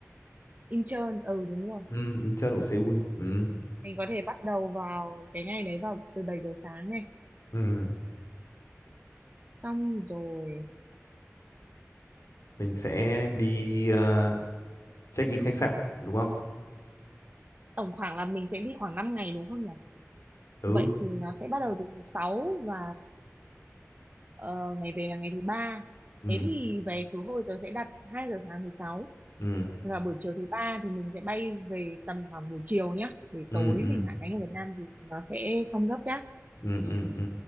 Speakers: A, on the right; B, on the left.
A: Intern, ừ đúng rồi.
B: Ừ, Incheon của Seoul. Ừ.
A: Mình có thể bắt đầu vào cái ngày đấy vào từ 7 giờ sáng này.
B: Ừ.
A: Xong rồi
B: mình sẽ đi ờ, check in khách sạn đúng không
A: tổng khoảng là mình sẽ đi khoảng 5 ngày đúng không nhỉ?
B: ừ
A: Vậy thì nó sẽ bắt đầu từ thứ 6 và ờ, ngày về là ngày thứ ba.
B: ừ
A: Thế thì về khứ hồi tớ sẽ đặt 2 giờ sáng thứ 6
B: ừ
A: và buổi chiều thứ ba thì mình sẽ bay về tầm khoảng buổi chiều nhá. Để
B: ừ
A: tối
B: ừ
A: mình hạ cánh ở Việt Nam thì nó sẽ không gấp nhá.
B: ừ ừ ừ.